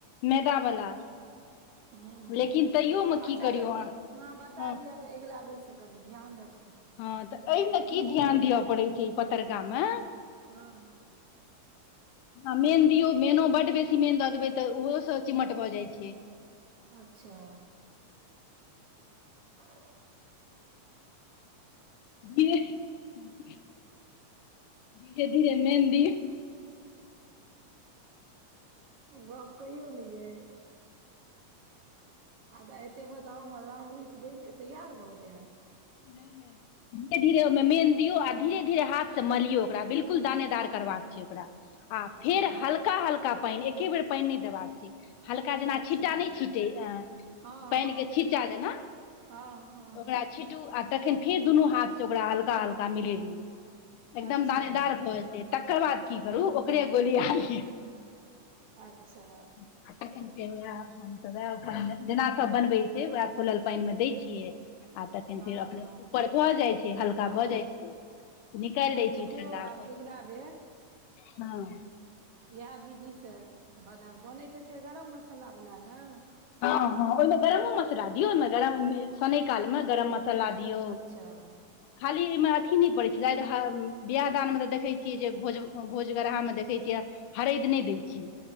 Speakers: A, on the left; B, on the right.
A: मैदा वाला
B: हूँ
A: लेकिन तैयोमे की
B: अच्छा
A: करियौ
B: तऽ
A: अहाँ
B: अहा बता
A: हँ
B: दिअ तऽ अगिला बेर से कनि ध्यान रख
A: हँ तऽ एहिमे की ध्यान दिअ पड़ै छै ई पतरका मे
B: हँ
A: आ मेन दियौ मेनो बड्ड बेसी मेन दऽ देबै तऽ ओहोसँ चिमट भऽ जाइत छैै
B: अच्छा <inaudible>
A: जे <unintelligible> धीरे धीरे मेन दि
B: गप्प कहिओ नहि ये आ तऽ एतेमे तऽ हमर राम रच बन कऽ तैयार भऽ जायत
A: नहि नहि धीरे धीरे ओहिमे मेन दियौ आ धीरे धीरे हाथ से मरियौ ओकरा बिलकुल बिल्कुल दानेदार करबाक छै ओकरा आ
B: अच्छा
A: फेर हल्का हल्का हल्का पानि एके बेर पानि नहि देबाक छै हल्का जेना
B: अच्छा
A: छिट्टा नहि छिटे अ
B: हँ
A: पानिके
B: हँ
A: छी्टा जेना
B: हँ हँ
A: ओकरा छीटू आ तखन फेर दुनू हाथ से ओकरा हल्का हल्का मिलेेलियो एकदम
B: अच्छा
A: दानेदार भए तकर बाद की करू ओकरे गोलीया लिए
B: अच्छा
A: <unintelligible> हम तऽ वएह जेना सब बनबै छै उएह खुलल पानि मे दै छियै आ तऽ
B: हँ
A: फेर अपने
B: हँ
A: ऊपर भऽ जाइत छै हल्का
B: वाह
A: भऽ जाइ छै निकालि
B: आब
A: दै
B: देखियौ
A: छी ठण्डा
B: आब
A: क
B: अगिला बेर
A: हँ
B: इएह विधि से बना बनैत त छै गरम मसाला वला ने
A: ह ओहिमे गरमो मसाला दियऔ ओहि गर साने काल में गरम मसाला दियो
B: अच्छा
A: खालीमे अथी प बियाह दान मे तऽ देखै छियै जे भोज भोज गरहामे देखै छियै हरद नहि दै छीयै